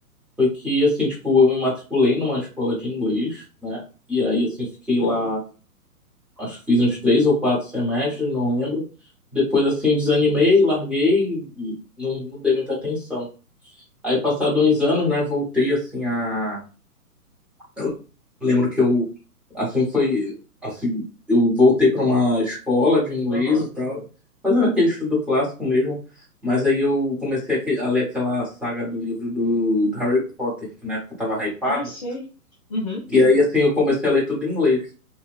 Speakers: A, in the centre; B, on the left.
A: foi que assim, tipo, eu me matriculei numa escola de inglês, né? E aí assim fiquei
B: uhum,
A: lá acho que fiz uns três ou quatro semestres, não lembro. Depois, assim, desanimei, larguei e não, não dei muita atenção. Aí, passado uns anos, né, voltei, assim, a... Eu lembro que eu, assim, foi... Assim, eu voltei para uma escola de inglês
B: aham.
A: e tal, fazendo aquele estudo clássico mesmo. Mas aí eu comecei a, a ler aquela saga do livro do, do Harry Potter, que na época eu tava hypado.
B: Ah, sei. Uhum.
A: E aí, assim, eu comecei a ler tudo em inglês.